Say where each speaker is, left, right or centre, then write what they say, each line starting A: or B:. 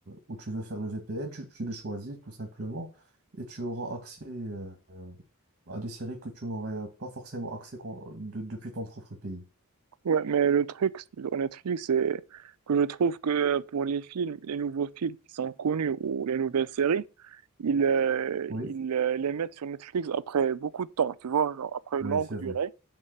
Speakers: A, on the right; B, on the right.
A: où tu veux faire le VPN, tu, tu le choisis tout simplement et tu auras accès euh, à des séries que tu n'aurais pas forcément accès quand- de- depuis ton propre pays.
B: Ouais, mais le truc sur Netflix, c'est que je trouve que pour les films, les nouveaux films qui sont connus ou les nouvelles séries, ils, euh,
A: Oui,
B: ils euh, les mettent sur Netflix après beaucoup de temps, tu vois, genre après
A: oui,
B: une longue
A: c'est
B: durée.
A: vrai,